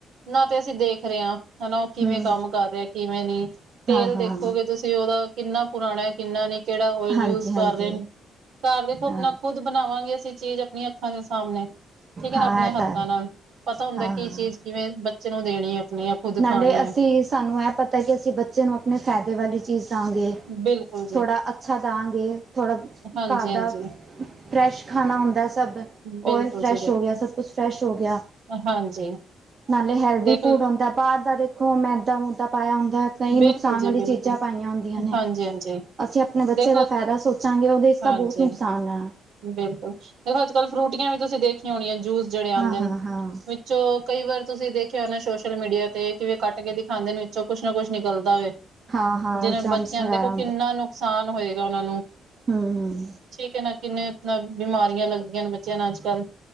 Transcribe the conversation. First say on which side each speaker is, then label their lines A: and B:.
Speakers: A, on the right (about 70°); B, on the right (about 45°).
A: ਨਾ ਤੇ, ਅਸੀਂ ਦੇਖ ਰਹੇ ਹਾਂ। ਹਨਾ, ਉਹ ਕਿਵੇਂ
B: ਹਮ
A: ਕੰਮ ਕਰ ਰਿਹਾ, ਕਿਵੇਂ ਨੀ। ਤੇਲ
B: ਹਾਂ ਹਾਂ
A: ਦੇਖੋਗੇ ਤੁਸੀਂ ਉਹਦਾ ਕਿੰਨਾ ਪੁਰਾਣਾ ਕਿੰਨਾ ਨ ਕਿਹੜਾ ਓਇਲ
B: ਹਾਂਜੀ
A: ਯੂਜ ਕਰ
B: ਹਾਂਜੀ
A: ਰਹੇ ਨੇ ਘਰ ਦੇਖੋ ਆਪਣਾ
B: ਹਾਂ
A: ਖੁਦ ਬਣਾਵਾਂਗੇ ਅਸੀਂ ਚੀਜ਼ ਆਪਣੀਆਂ ਅੱਖਾਂ ਦੇ ਸਾਹਮਣੇ ਠੀਕ ਹੈ
B: ਹਾਂ
A: ਨਾ ਆਪਣੇ
B: ਇਹ ਤਾਂ
A: ਹੱਥਾਂ
B: ਹੈ
A: ਨਾਲ ਪਤਾ ਹੁੰਦਾ
B: ਹਾਂ
A: ਕਿ ਇਹ ਚੀਜ਼ ਕਿਵੇਂ ਬੱਚੇ ਨੂੰ ਦੇਣੀ ਹੈ ਆਪਣੀ ਜਾਂ ਖੁਦ
B: ਨਾਲੇ
A: ਖਾਣੀ ਹੈ।
B: ਅਸੀਂ ਸਾਨੂੰ ਇਹ ਪਤਾ ਕਿ ਅਸੀਂ ਬੱਚੇ ਨੂੰ ਆਪਣੇ ਫਾਇਦੇ ਵਾਲੀ ਚੀਜ਼ ਦਵਗੇ
A: ਬਿਲਕੁਲ ਜੀ,
B: ਥੋੜਾ ਅੱਛਾ ਦਾਗੇ ਥੋੜਾ
A: ਹਾਂਜੀ,
B: ਘਰ
A: ਹਾਂਜੀ
B: ਦਾ ਫਰੈਸ਼ ਖਾਣਾ ਹੁੰਦਾ ਸਭ
A: ਬਿਲਕੁਲ
B: ਓਇਲ ਫਰੈਸ਼
A: ਜੀ ਬਿਲਕੁਲ।
B: ਹੋ ਗਿਆ ਸਭ ਕੁਛ ਫਰੈਸ਼ ਹੋ ਗਿਆ।
A: ਹਾਂਜੀ।
B: ਨਾਲੇ ਹੈਲਦੀ
A: ਦੇਖ
B: ਫੂਡ
A: ਲ-
B: ਹੁੰਦਾ। ਬਾਹਰ ਦਾ ਦੇਖੋ, ਮੈਦਾ-ਮੁੱਦਾ ਪਾਇਆ ਹੁੰਦਾ ਕਈ
A: ਬਿਲਕੁਲ
B: ਨੁਕਸਾਨ ਵਾਲੀ,
A: ਜੀ ਬਿਲਕੁਲ।
B: ਚੀਜ਼ਾਂ ਪਾਈਆਂ ਹੁੰਦੀਆਂ ਨੇ।
A: ਹਾਂਜੀ-ਹਾਂਜੀ
B: ਅਸੀ ਆਪਣੇ ਬੱਚੇ
A: ਦੇਖਲੋ
B: ਦਾ ਫਾਇਦਾ ਸੋਚਾਂਗੇ, ਉਹਦੇ ਇਚ
A: ਹਾਂਜੀ
B: ਦਾ ਬਹੁਤ ਨੁਕਸਾਨ ਹੈ।
A: ਬਿਲਕੁਲ ਦੇਖੋ, ਅੱਜਯ-ਕੱਲ ਫਰੂਟੀਆਂ ਵੀ ਤੁਸੀਂ ਦੇਖੀਆਂ ਹੋਣੀਆਂ, ਜੂਸ ਜਿਹੜੇ
B: ਹਾਂ
A: ਆਂਦੇ
B: ਹਾਂ
A: ਨੇ,
B: ਹਾਂ
A: ਵਿੱਚੋਂ ਕਈ ਵਾਰ ਤੁਸੀਂ ਦੇਖਿਆ ਹੋ ਨਾ ਸੋਸ਼ਲ ਮੀਡੀਆ ਤੇ ਕਿਵੇ ਕੱਟ ਕੇ ਦਿਖਾਦੇ ਨੇ ਵਿੱਚੋਂ ਕੁਛ ਨਾ ਕੁਛ ਨਿਕਲਦਾ ਵੇ।
B: ਹਾਂ-ਹਾਂ
A: ਜਿਵੇੇ
B: ਜਮਸ
A: ਬੱਚਿਆਂ
B: ਵਗੈਰਾ
A: ਨੂੰ ਦੇਖੋ ਕਿੰਨਾ ਨੁਕਸਾਨ ਹੋਏਗਾ ਉਹਨਾਂ ਨੂੰ
B: ਹੰਮ
A: ਠੀਕ ਹੈ ਨਾ ਕਿੰਨੇ ਆਪ ਬਿਮਾਰੀਆਂ ਲੱਗਦੀਆਂ ਨੇ ਬੱਚਿਆਂ ਨੂੰ ਅੱਜ ਕੱਲ੍ਹ